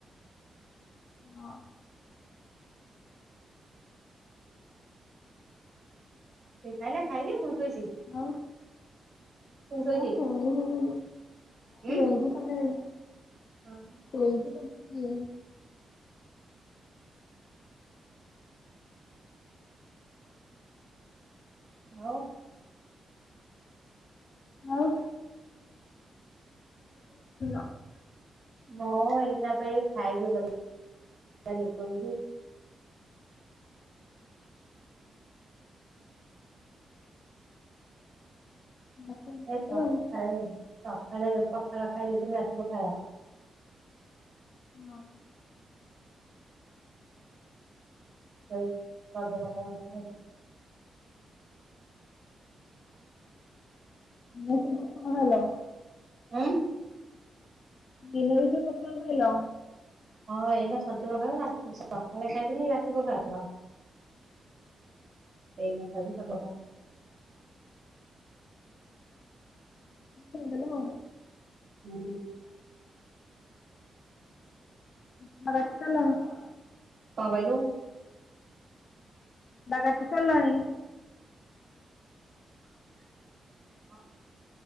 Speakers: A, on the left; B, on the right.
A: ହଁ।
B: ସିଏ ଖାଇଲା, ଖାଇକି ପୁଣି ଶୋଇଚି?
A: ଆଉ।
B: ଶୋଇଛି
A: ହଁ ସବୁ ସନ୍ଧ୍ୟାରେ, ସବୁ
B: ଉଁ।
A: ସନ୍ଧ୍ୟାରେ।
B: ଓହୋ
A: ଏଇଠି ସବୁ କିଏ?
B: ଆଉ
A: ଆଉ <unintelligible>
B: ହଁ ଏଇନା ପା ଏଇ ଖାଇକି ଗଲି, ନାନୀ ଶୋଇଚି।
A: ଦଶଟା କେତେବେଳେ?
B: ଏ ସଖାଳେ ସଖାଳେ ପଖାଳ ଖାଇ ଦେଇଥିନି ରାତି ପଖାଳ।
A: ହଁ।
B: ଏ ସଜ ପଖାଳ ଗଣ୍ଡେ ଖାଉଛି।
A: ଆଜି <unintelligible> କଣ ଖାଇଲ?
B: ଅଁ,
A: ଦିନରେ ବି ସେଇ ପଖାଳ ଖାଇଲ?
B: ହଁ ଏଇନା ସଜ ପଖାଳ ରାତି, ସଖାଳେ ଖାଇଥିନି ଏଇ ରାତିି ପଖାଳ ତ। ଏଇନା ଖାଇଲି ସଜ ପଖା
A: ଫିଙ୍ଗି ଦେଲ?
B: ହୁଁ।
A: ଆଉ <unintelligible>
B: କଣ କଇଲୁ?
A: ଦା କାଟି ସାରଲଣି?
B: ହଁ।